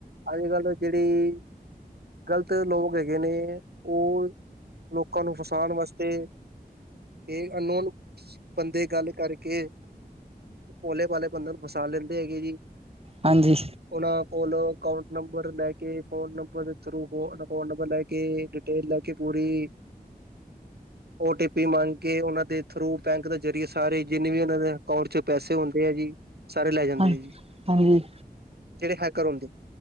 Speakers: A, on the right (about 80°); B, on the right (about 40°).
A: ਅੱਜ ਕੱਲ ਜਿਹੜੇ। ਗਲਤ ਲੋਗ ਹੈਗੇ ਨੇ, ਉਹ ਲੋਕਾਂ ਨੂੰ ਫਸਾਣ ਵਾਸਤੇ। ਇਹ ਅਨ ਨੋਨ ਬੰਦੇ ਗੱਲ ਕਰਕੇ। ਭੋਲੇ ਭਾਲੇ ਬੰਦੇ ਨੂੰ ਫਸਾ ਲੈਂਦੇ ਹੈਗੇ ਜੀ।
B: ਹਾਂਜੀ।
A: ਉਹਨਾਂ ਕੋਲੋਂ ਅਕੋਂਟ ਨੰਬਰ ਲੈ ਕੇ, ਫੋਨ ਨੰਬਰ। ਰਿਪੋਰਟ ਨੰਬਰ ਲੈ ਕੇ, ਡਿਟੇਲ ਲੈ ਕੇ ਪੂਰੀ। ਓਟੀਪੀ ਮੰਗ ਕੇ ਉਹਨਾਂ ਦੇ ਥਰੂ ਬੈਂਕ ਦੇ ਜਰੀਏ ਸਾਰੇ ਜਿੰਨੇ ਵੀ ਉਹਨਾਂ ਨੇ ਅਕਾਊਂਟ ਚ ਪੈਸੇ ਹੁੰਦੇ ਐ ਜੀ। ਸਾਰੇ ਲੈ ਜਾਂਦੇ
B: ਹਾਂ
A: ਜੀ,
B: ਹਾਂਜੀ
A: ਜਿਹੜੇ ਹੈਕਰ ਹੁੰਦੇ,